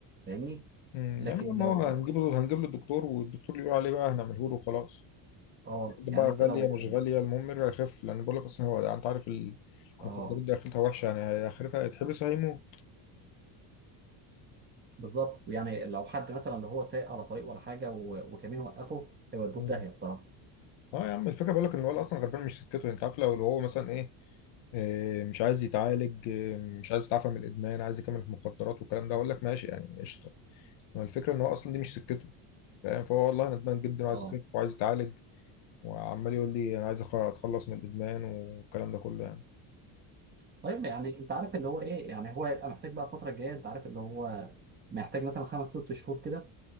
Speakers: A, on the right (about 25°); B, on the left (about 65°).
A: فاهمني
B: مم.
A: لكن
B: يعني لما
A: لو
B: هو هنجيب له هنجيب له الدكتور والدكتور اللي يقول عليه بقى هنعمله له خلاص
A: اه
B: دي
A: يعني
B: بقى
A: انت
B: غالية
A: لو
B: مش غالية المهم يرجع يخف لأن بقول لك أصلا هو يعني أنت عارف ال-
A: اه
B: المخدرات دي آخرتها وحشة يعني هي آخرتها هيتحبس هيموت
A: بالظبط يعني لو حد مثلا لو هو سايق على طريق ولا حاجه و- وكمين وقفه هيودوه
B: مم.
A: في داهيه بصراحه
B: أه يا عم الفكرة بقول لك إن الولد أصلا غلبان مش سكته يعني أنت عارف لو لو هو مثلا إيه إيه، مش عايز يتعالج إيه، مش عايز يتعافى من الإدمان عايز يكمل في المخدرات والكلام ده أقول لك ماشي يعني قشطة ما الفكرة إن هو أصلا دي مش سكته فاهم فهو والله ندمان جدا
A: اه
B: وعايز يخف وعايز يتعالج وعمال يقول لي أنا عايز أخ- أتخلص من الإدمان والكلام ده كله يعني
A: طيب يعني انت عارف اللي هو ايه يعني هو هيبقى محتاج بقى الفتره الجايه انت عارف اللي هو محتاج مثلا خمس ست شهور كده